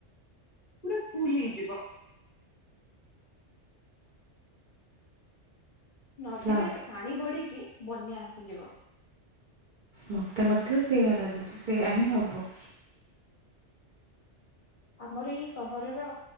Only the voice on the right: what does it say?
ଲା
ମତେ ମଧ୍ୟ ସେୟା ଲାଗୁଚି ସେୟା ହିଁ ହବ।